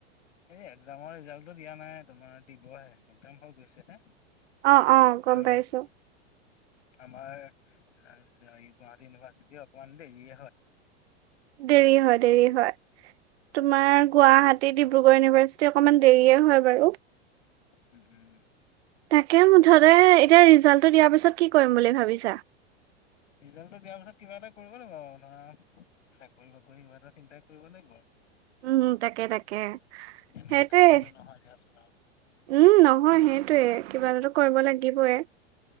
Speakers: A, on the left; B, on the right.
A: এই এক্সামৰ ৰিজাল্টটো দিয়া নাই তোমাৰ দিবহে এক্সাম হৈ গৈছে হে।
B: অ অ গম
A: আৰু
B: পাইছোঁ।
A: আমাৰ গুৱাহাটী ইউনিভাৰ্চিটি অকমান দেৰিয়ে হয়।
B: দেৰি হয় দেৰি হয় তোমাৰ গুৱাহাটী, ডিব্ৰুগড় ইউনিভাৰ চিটি অকমান দেৰিয়ে হয় বাৰু।
A: উম উম।
B: তাকে মুঠতে এতিয়া ৰিজাল্টটো দিয়াৰ পিছত কি কৰিম বুলি ভাবিছা?
A: ৰিজাল্টটো দিয়াৰ পিছত কিবা এটা কৰিব লাগিব আৰু ধৰা চাকৰি বাকৰি কিবা এটা চিন্তাই কৰিব লাগিব আৰু।
B: উম তাকে তাকে।
A: এনেকে
B: সেইটোৱে।
A: থাকিলেতো নহয় দিয়াচোন আৰু।
B: উম নহয় সেইটোৱে কিবা এটা কৰিব লাগিবই।